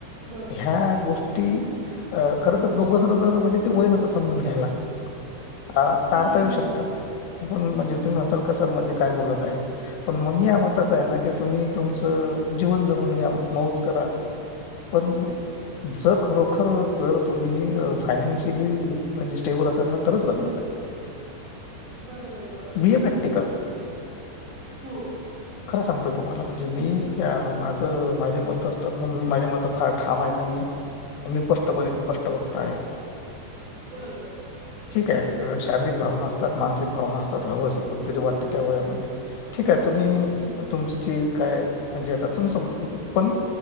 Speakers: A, on the right (about 90°); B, on the left (about 75°).
A: बरोबर
B: ह्या गोष्ट कीखर तर दोघजण जर म्हणजे ते वय नसत समजून घ्यायला अ. टाळता
A: हम्म
B: येऊ
A: हम्म हम्म.
B: शकतात. पण म्हणजे तुम्ही म्हणताल का सर म्हणजे काय बोलत आहेत. पण मग मी या मताचा
A: बरोबर
B: आहे
A: बरोबर
B: ना की तुम्ही
A: आहे
B: तुमच जीवन जगून घ्या मौज करून घ्या. पण जर खरोखर जर तुम्ही फायनान्शियली म्हणजे स्टेबल असाल ना तरच लग्न करा.
A: बरोबर बरोबर.
B: Be a practical.
A: हो
B: खर सांगतोय तुम्हाला म्हणजे मी माझ माझे मत असतात ना माझ्या मत फार ठाम आहेत. आणि मी स्पष्टपणे स्पष्ट वक्ता आहे.
A: बरोबर
B: ठीक आहे शारीरिक भावना असतात, मानसिक भावना असतात, हव अस वाटत कुठेतरी त्या वयामध्ये ठीक आहे तुम्ही
A: हम्म
B: तुमची जे काय म्हणजे आता तु समजून घ्या पण